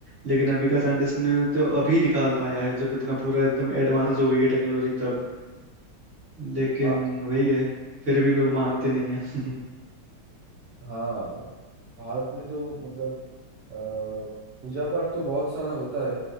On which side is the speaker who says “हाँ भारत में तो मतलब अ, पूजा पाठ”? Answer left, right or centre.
Right